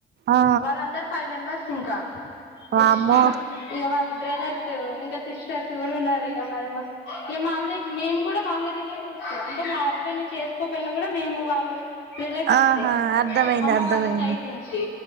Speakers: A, on the right (about 60°); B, on the left (about 70°).
A: ఆ
B: వాళ్లందరు ఫైవ్ మెంబర్స్. ఇంకా <unintelligible>
A: వామ్మో
B: ఇహ వాళ్ల బ్రదర్ ఇంకా సిస్టర్స్ గూడ ఉన్నారు ఇగ మరి మ ఇగ మాల్ది మేమ్ కూడా వాళ్ల రిలేటివ్స్, అంటే మా హస్బెండ్ ని చేస్కోపోయినా కూడా మేము, వాళ్లు రిలేటివ్సే
A: ఆహా అర్థమైంది
B: అమ్మ
A: అర్థమైంది
B: వాళ్ల సైడ్ నుంచి,